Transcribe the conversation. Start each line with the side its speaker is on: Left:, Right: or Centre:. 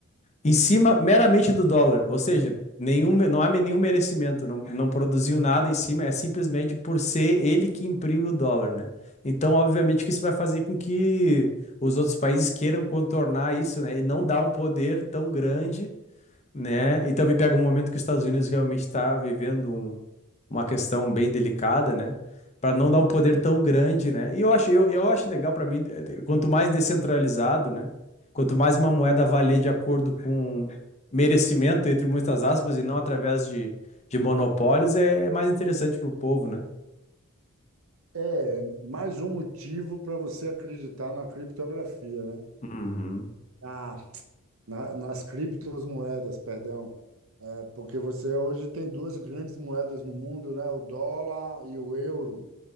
Left: em cima meramente do dólar, ou seja, nenhum, não há nenhum merecimento, não, não produziu nada em cima, é simplesmente por ser ele que imprime o dólar, né? Então, obviamente que isso vai fazer com que os outros países queiram contornar isso, né? E não dar um poder tão grande né? E também pega um momento que os Estados Unidos realmente está vivendo um- uma questão bem delicada, né? Para não dar um poder tão grande, né? E eu acho, eu, eu acho legal para mim, eh, eh, quanto mais descentralizado, né? Quanto mais uma moeda valer de acordo com merecimento, entre muitas aspas, e não através de, de monopólios, é, é mais interessante para o povo, né?
Right: É Mais um motivo para você acreditar na criptografia, né?
Left: Uhum,
Right: Ah, na- nas criptomoedas, perdão. Porque você hoje tem duas grandes moedas no mundo, né? O dólar e o euro.